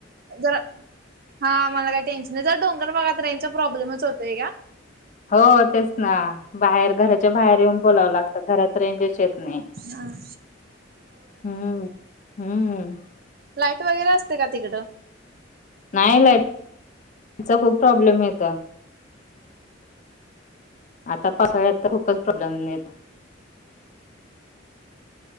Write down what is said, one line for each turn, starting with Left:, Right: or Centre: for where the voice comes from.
Right: जरा हा, मला काही टेन्शन नाही. जरा डोंगरभागात रेंज चा प्रॉब्लेमच होतंय घ्या.
Left: हो तेच ना, बाहेर घरा घराच्या बाहेर येऊन बोलावं लागत, घरात रेंजच येत नाही.
Right: आं..
Left: हम्म हम्म.
Right: लाईट वगैरे असते, का तिकडं.
Left: नाही लाईट त्यांच खूप प्रॉब्लेम येतं. आता पावसाळ्यात तर खूपच प्रॉब्लेम येतं.